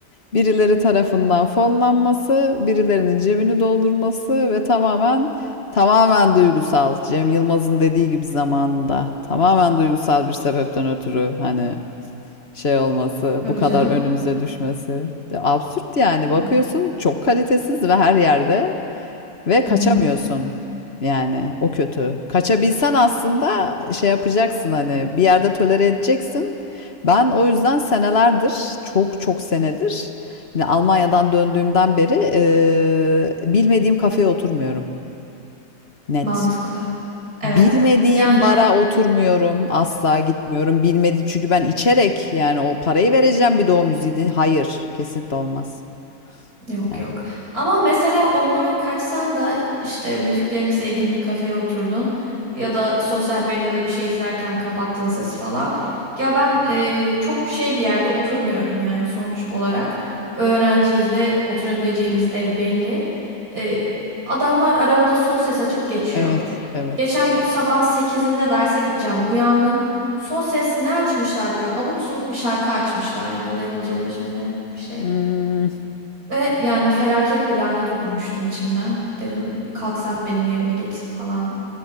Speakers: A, on the left (about 45°); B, on the right (about 80°).
A: birileri tarafından fonlanması, birilerinin cebini doldurması ve tamamen tamamen duygusal. Cem Yılmaz'ın dediği gibi zamanında tamamen duygusal bir sebepten ötürü hani şey olması,
B: Tabii
A: bu kadar
B: canım.
A: önümüze düşmesi. De absürt yani
B: Aynen.
A: bakıyorsun çok kalitesiz ve her yerde ve
B: Hı
A: kaçamıyorsun.
B: hı.
A: Yani o kötü. Kaçabilsen aslında şey yapacaksın hani bir yerde tolere edeceksin. Ben o yüzden senelerdir, çok çok senedir yine Almanya'dan döndüğümden beri eee, bilmediğim kafeye oturmuyorum. Net.
B: Mantıklı. Evet.
A: Bilmediğim
B: Yani...
A: bara oturmuyorum, asla gitmiyorum. Bilmediğim çünkü ben içerek yani o parayı vereceğim bir doğum müziği din- Hayır, kesinlikle olmaz.
B: Yok
A: Yani
B: yok. Ama mesela ondan kaçsan da işte müziklerini sevdiğin bir kafeye oturdun ya da sosyal medyada bir şey izlerken kapattın sesi falan. Ya ben e, çok şey bir yerde oturmuyorum yani sonuç olarak. Öğrenciyiz ve oturabileceğimiz ev belli. E, adamlar arabada son ses açıp geçiyor.
A: evet, evet.
B: Geçen gün sabahın sekizinde derse gideceğim. Uyandım. Son ses ne açmışlardı böyle abuk subuk bir şarkı açmışlar yine Label C5 mi ne bir şey.
A: Hmm,
B: Ve yani felaket bir lanet okumuştum içimden. Dedim kalksan benim yerime git falan ıı,